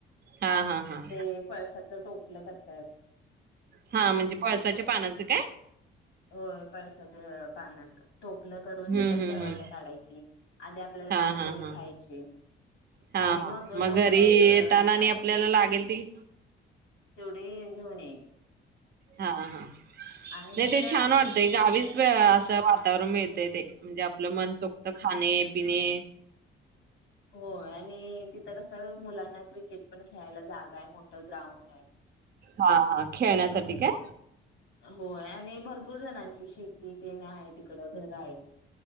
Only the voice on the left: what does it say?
ते पळसा त्याच टोपलं करतायात
होय पाळसा पानाच टोपलं करून
त्याच्यात
करवांद
काढायची आधी आपल्याला
पाहिजे
तेवढी
खायाची
आणि
मग टोपल्यात
काढायची
तेवढी घेऊन यायची
आणि तिकडे
आमच्या
तिकडे
होय आणि तिथं कसं मुलांना क्रिकेट पण खेळायला जागा आहे मोठं ग्राउंड आहे
होय आणि भरपूर जणांची शेती तेन आहे तिकड घर आहे